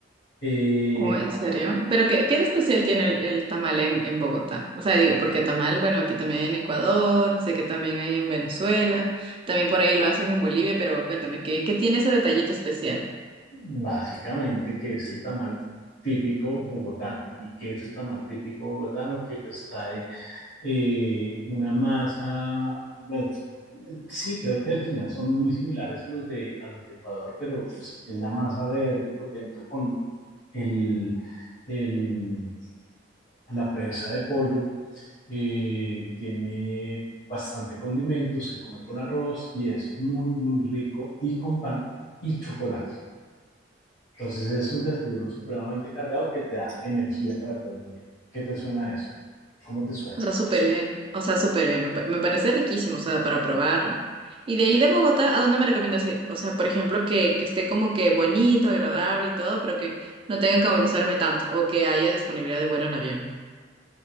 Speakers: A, on the left; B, on the right.
A: Eh,
B: Oh, ¿en serio? Pero ¿qué, qué de especial tiene el, el tamal en, en Bogotá? O sea, digo, porque tamal, bueno, aquí también en Ecuador, sé que también hay en Venezuela, también por ahí lo hacen en Bolivia, pero cuéntame, ¿qué, qué tiene ese detallito especial?
A: básicamente, que es el tamal típico bogotano? ¿Y qué es el tamal típico bogotano? Que pues trae eh, una masa, bueno, eh, sí, creo que al final son muy similares a los de, a los de Ecuador, pero pues es la masa verde por dentro con el, el- la presa de pollo, eh, tiene bastante condimento, se come con arroz y es muy, muy rico y con pan y chocolate. Entonces es un desayuno supremamente cargado que te da energía para todo el día. ¿Qué te suena eso? ¿Cómo te suena?
B: O sea, súper bien. O sea, súper bien. Me, pa- me parece riquísimo, o sea, para probarlo. Y de ahí de Bogotá, ¿a dónde me recomiendas ir? O sea, por ejemplo, que, que esté como que bonito, agradable y todo, pero que no tenga que movilizarme tanto o que haya disponibilidad de vuelo en avión.